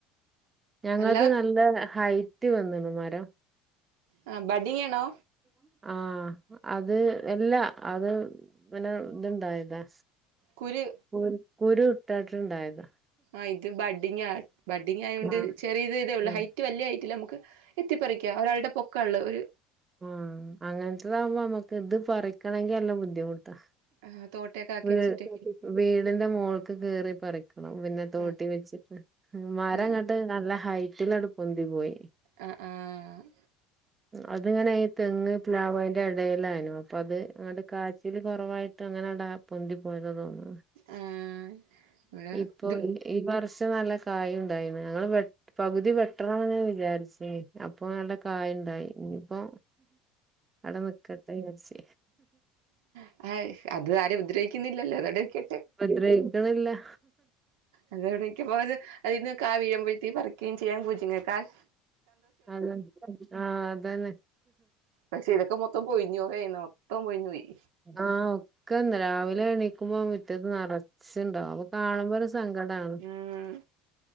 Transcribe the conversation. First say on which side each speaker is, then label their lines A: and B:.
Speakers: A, on the right; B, on the right.
A: ഞങ്ങളത്
B: അല്ല
A: നല്ല ഹൈ റ്റ് വന്നണ് മരം
B: ആഹ് ബഡിയണോ
A: ആഹ അത് എല്ല അത് പിന്നെ ഇതുണ്ടായതാ
B: കുരു
A: കുരു കുരു ഇട്ടണ്ട് ണ്ടായതാ
B: ആഹ് ഇത് ബഡിങാ ബഡിങായോണ്ട്
A: ആഹ്
B: ചെറിയത് ഇതേ ഉള്ളു
A: ആഹ്
B: ഹൈറ്റ് വല്യ ഹൈറ്റില്ലാ നമ്മക്ക് എത്തിപ്പറിക്കാ ഒരാളുടെ പൊക്കാ ഇള്ള ഒരു
A: ആഹ് അങ്ങൻത്തതാകുമ്പോ നമ്മക്ക് ഇത് പറിക്കണെങ്കി നല്ല ബുദ്ധിമുട്ടാ
B: ആഹ് തോട്ടിയൊക്കെ ആക്കി
A: വീ
B: വെച്ചിറ്റ്
A: വീടിന്റെ മോൾക്ക് കേറി പറിക്കണം പിന്നെ തോട്ടി
B: ആഹ്
A: വെച്ചിട്ട് ഉം മരെങ്ങെട്ട്
B: ആഹ്
A: നല്ല ഹൈറ്റിൽ അട് പൊന്തി പോയി
B: ആഹ് ആഹ്
A: അത് ഇങ്ങനെ ഈ തെങ്ങ് പ്ലാവ് അയിന്റെ എടേലാനു അപ്പ അത് അങ്ങട് കാച്ചല് കൊറവായി അങ്ങനാടാ പൊന്തി പോയതാന്ന് തോനുന്നു
B: ആഹ് ഇവിടെ
A: ഇപ്പൊ
B: ഇത്
A: ഈ ഈ വർഷം നല്ല കായു ഇണ്ടായിന് ഞങ്ങള് വെട്ട് പകുതി വെട്ടണന്നിങ്ങനെ ഇങ്ങനെ വിചാരിച്ചിനി അപ്പൊ നല്ല കായ്ണ്ടായി ഇനിയിപ്പോ ആടെ നിക്കട്ടെ വിചാരിച്ച്
B: <unintelligible> അത് ആരെ ഉദ്രവിക്കുന്നില്ലല്ലോ അതവടെ നിക്ക
A: ഉപദ്രവിക്കണില്ലാ
B: അതവടിക്കുമ്പോ അത് അതീന്ന് കാ വീഴുമ്പഴ്ത്തെക്ക് പറിക്കെയും ചെയ്യാ പൂച്ചിങ്ങക്കായ്
A: അതെ ആഹ് അതന്നെ
B: പക്ഷെ ഇതൊക്കെ മൊത്തം പൊഴിഞ്ഞ് പോകേയാണ് മൊത്തം പൊഴിഞ്ഞ് പോയി
A: ആഹ് ഒക്കെ രാവിലെ എണീക്കുമ്പോ മുറ്റത്ത് നറച്ച്ണ്ടാവും അപ്പം കാണുമ്പോ ഒര് സ് സങ്കടാണ്
B: ഉം